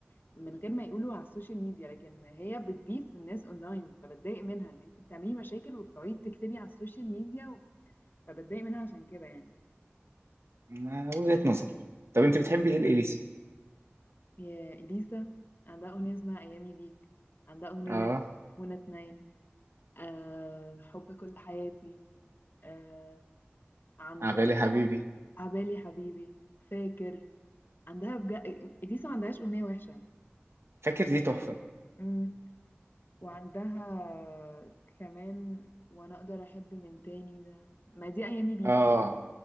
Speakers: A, on the left (about 50°); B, on the right (about 80°).
A: من غير ما يقولوا على السوشيال ميديا لكن هي بتبيف الناس اونلاين فبتضايق منها ان انت بتعملي مشاكل وبتقعدي تكتبي على السوشيال ميديا و... فبتضايق منها عشان كده يعني
B: آه، وجهة نظر طب انت بتحبي ايه الإليسي؟
A: يا اليسا عندها اغنيه اسمها ايامي بيك عندها اغنيه
B: اه
A: شافونا اتنين أه... حب كل حياتي أه... عندها
B: عبالي حبيبي
A: عبالي حبيبي فاكر عندها بجد اليسا ما عندهاش اغنيه وحشه
B: فاكر دي تحفة
A: مم. وعندها كمان وانا اقدر احب من تاني ده ما دي ايامي بيك
B: اه